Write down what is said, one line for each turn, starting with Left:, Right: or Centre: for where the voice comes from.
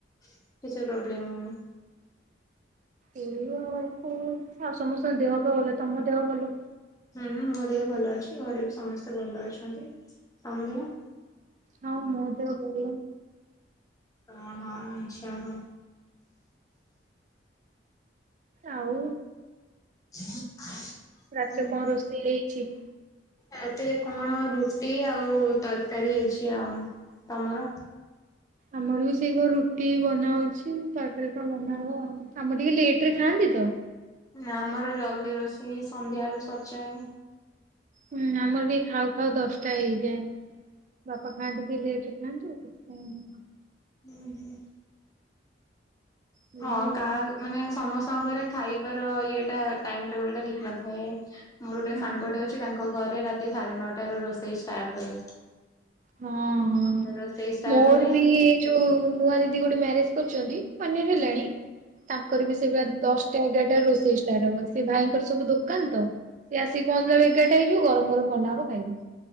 Left: କିଛି ପ୍ରୋବ୍ଲେମ ହଉନି।
Right: ଏଇ <unintelligible> ଆଉ ସମସ୍ତଙ୍କ ଦେହ ପା ଭଲ ତମ ଦେହ ଭଲ?
Left: ହୁଁଁ ମୋ ଦେହ ଭଲ ଅଛି ଘରେ ବି ସମସ୍ତେ ଭଲ ଅଛନ୍ତି ତମ ଦେହ?
Right: ହଁ ମୋ ଦେହ ଭଲ।
Left: ଓହୋ ଆଚ୍ଛା ହଉ।
Right: ଆଉ।
Left: <inaudible>
Right: ରାତିରେ
Left: ଉହୁଁ
Right: କଣ ରୋଷେଇ ହେଇଛି?
Left: ରାତିରେ କଣ ରୁଟି ଆଉ ତରକାରୀ ହେଇଛି ଆଉ ତମର?
Right: ଆମର ବି ସେଇ କଣ ରୁଟି ବନାହଉଛି ତରକାରି କଣ ବନା ହବ ଆଉ। ଆମର ଟିକେ ଲେଟ ରେ ଖାଆନ୍ତି ତ।
Left: ଆମର ଜଲ୍ଦି ରୋଷେଇ ସନ୍ଧ୍ୟାବେଳୁ ସରଯାଏ।
Right: ହୁଁ ଆମର ଟିକେ ଖାଉ ଖାଉ ଦଶଟା ହେଇଯାଏ। ବାପା ଖାଆନ୍ତି ଟିକେ ଲେଟରେ ଖାଆନ୍ତି ତ ସେଥିପାଇଁ।
Left: ହୁଁ ହୁଁ।
Right: ହେଇଯାଏ
Left: ହଁ କା
Right: ଆଉ।
Left: ମାନେ ସମସ୍ତଙ୍କ ଘରେ। ଖାଇବାର ଇଏଟା ଟାଇମ୍ ଟେବୁଲ୍ ଟା ଠିକ୍ ନଥାଏ ମୋର ଗୋଟେ
Right: ହୁଁ।
Left: ସାଙ୍ଗଟା ଅଛି ତା ଙ୍କ ଘରେ ରାତି ସାଢେ ନଅଟାରୁ ରୋଷେଇ ଷ୍ଟାର୍ଟ ହୁଏ।
Right: ହଁ ହଁ।
Left: ରୋଷେଇ ଷ୍ଟାର୍ଟ
Right: ମୋର
Left: ହୁଏ
Right: ବି ଯୋଉ ନୂଆ ଦିଦି ଗୋଟେ ମ୍ୟାରେଜ କରୁଛନ୍ତି ୱାନୟେର୍ ହେଲାଣି
Left: ହୁଁ
Right: ତାଙ୍କର ବି ସେ ପା ଦଶଟା ଏଗାରଟା ରୋଷେଇ ଷ୍ଟାର୍ଟ ହବ ସେ ଭାଇଙ୍କର ସବୁ ଦୋକାନ ତ ସେ ଆସିକି ପହଞ୍ଚିଲା ସୁ ଏଗାରଟା ହେଇଯିବ ଗରମ ଗରମ ବନାହବ ଖାଇବି।